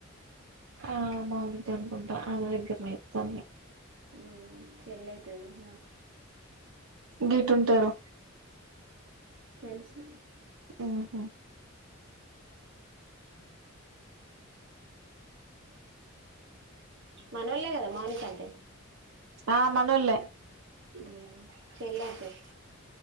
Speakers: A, on the right (about 90°); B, on the right (about 60°).
A: ఆ మౌనిక అనుకుంటా ఆమె దగ్గర్నే ఇత్తాంది.
B: ఉ చెల్లె అయితది నాకు.
A: గిటు ఉంటరు.
B: తెలుసు
A: ఆహా
B: మనోళ్లే కదా మౌనిక అంటే
A: ఆ మనోల్లే.
B: హ్ చెల్లె అయితది.